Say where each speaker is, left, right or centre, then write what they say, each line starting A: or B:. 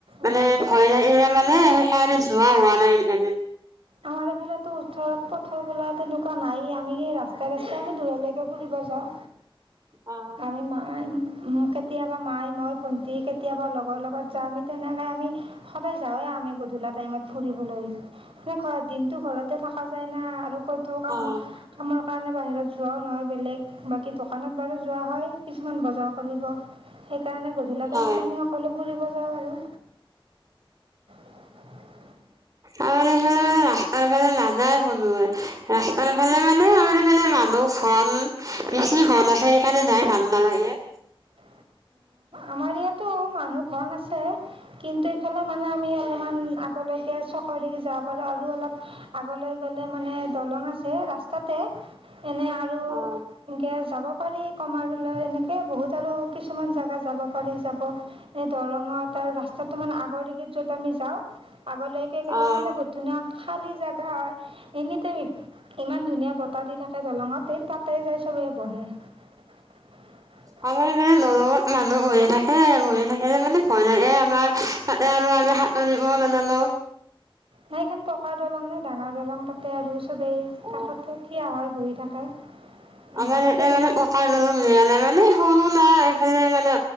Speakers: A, on the right; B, on the right.
A: অঁ
B: মানে ভয় লাগে মানে সেয়াদি যোৱা হোৱা নাই এইকেইদিন।
A: আমাৰ এইফালেটো ওচৰত পথাৰ বোলা তেনেকুৱা নাই আমি ৰাস্তাই- ৰাস্তাই আমি দূৰলৈকে ফুৰিব যাওঁ।
B: অ
A: আমি মানি কেতিয়াবা মাই, মই, ভণ্টি, কেতিয়াবা লগৰ লগত যাওঁ আমি। তেনেকে আমি সদায় যাওঁৱে আমি গধূলা টাইমত ফুৰিবলৈ। সে ঘৰত- দিনটো ঘৰতে থকা যায় না, আৰু ক'তো কাম-
B: অ
A: কা কাৰণে বাহিৰত যোৱাও নহয় বেলেগ বাকী দোকানত বাৰু যোৱা হয় কিছুমান বজাৰ কৰিব তাৰকাৰণে গধূলা
B: হয়
A: টাইমত আমি সকলো ফুৰিব যাওঁ আৰু। <unintelligible>
B: আৰু হে ৰাস্তাৰ ফালে নাযায় কোনোৱে। ৰাস্তাৰ ফালে মানে আমাৰ এইফালে মানুহ ঘন বেছি ঘন আছে। সেইকাৰণে যাই ভাল নালাগে।
A: উ <unintelligible> আমাৰ ইয়াতো মানুহ কম আছে কিন্তু, হ'লে মানে আমি অলপমান আগলৈকে চকৰ দিশে যাব পাৰোঁ। আৰু অলপ আগলৈ গ'লে মানে, দলং আছে ৰাস্তাতে। এনে আৰু
B: অ
A: এনকে যাব পাৰি কমাৰলৈ এনেকে বহুত আৰু কিছুমান জাগা যাব পাৰি যাব এ দৰঙত আৰু ৰাস্তাটো মানে আগৰ দিগিত য'ত আমি যাওঁ আগলৈকে গ'লে
B: অ
A: মানে বহুত ধুনীয়া খালী জেগা হয় এনিটাইম ইমান ধুনীয়া বতাহ দি থাকে দলঙতে তাতে যায় চবেই বহে। <unintelligible>
B: আমাৰ মানে নৰৱত মানুহ বহি থাকে। বহি থাকিলে মানে ভয় লাগে আমাৰ। তাতে আৰু আমি সাঁতুৰিবও নাজানো
A: নাই সেইখন পকা দলং নে ডাঙৰ দলং তাতে আৰু চবেই
B: অ
A: কাষতে থিয় হয় বহি থাকে। <unintelligible>
B: আমাৰ এতে
A: তেনে
B: মানে পকাৰ দলং দিয়া নাই। মানে সৰু নাই এইফালে মানে